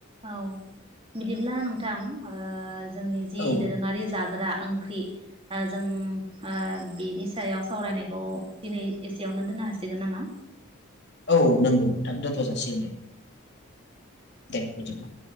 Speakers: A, on the right (about 25°); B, on the left (about 50°).
A: औ बिदिब्ला नोंथां ओ जोंनि जि
B: औ
A: दोरोङारि जा ग्रा ओंख्रि आं जों आ बेनि सायाव सावरायनायखौ दिनै एसेयावनो दोननो हासिगोन नामा
B: औ नोंगौ नोंथां दोनथ' जासिगोन दे देबिदिबा